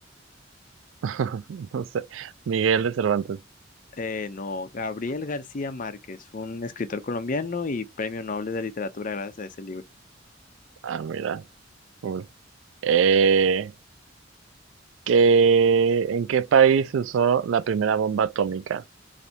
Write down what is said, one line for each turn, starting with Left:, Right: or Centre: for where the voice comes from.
Right: <laughs> No sé. Miguel de Cervantes.
Left: Eh, no, Gabriel García Márquez, un escritor colombiano y premio Nobel de Literatura gracias a ese libro.
Right: Ah, mira. cool. Eh, ¿qué- en qué país se usó la primera bomba atómica?